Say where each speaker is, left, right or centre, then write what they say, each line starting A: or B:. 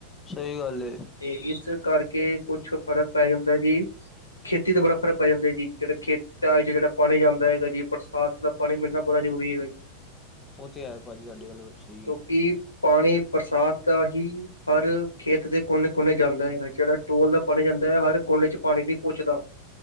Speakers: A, on the left (about 20°); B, on the left (about 85°).
A: ਸਹੀ ਗੱਲ ਏ।
B: ਤੇ ਇਸ ਕਰਕੇ, ਕੁਛ ਫ਼ਰਕ ਪੈ ਜਾਂਦਾ ਏ, ਜੀ। ਖੇਤੀ ਤੇ ਬੜਾ, ਫਰਕ ਪੈ ਜਾਂਦਾ ਹੈ, ਜੀ ਜਿਹੜਾ ਖੇਤਾਂ ਚ, ਜਿਹੜਾ ਪਾਣੀ ਜਾਂਦਾ ਹੈਗਾ। ਜੀ ਬਰਸਾਤ ਦਾ ਪਾਣੀ ਮਿਲਣਾ, ਬੜਾ ਜ਼ਰੂਰੀ ਹੈ ਬਣੀ।
A: ਉਹ ਤੇ ਹੈ। ਭਾਜੀ ਤੁਸਾਡੀ, ਗੱਲ ਸਹੀ ਹੈ।
B: ਕਿ, ਪਾਣੀ ਬਰਸਾਤ ਦਾ ਹੀ। ਹਰ, ਖੇਤ ਦੇ ਕੋਨੇ- ਕੋਨੇ, ਜਾਂਦਾ ਹੈਗਾ। ਜਿਹੜਾ ਟੂਅਲ ਦਾ ਪਾਣੀ, ਜਾਂਦਾ ਹੈ। ਹਰ ਕੋਨੇ ਚ, ਪਾਣੀ ਨੀ ਪੁੱਚਦਾ।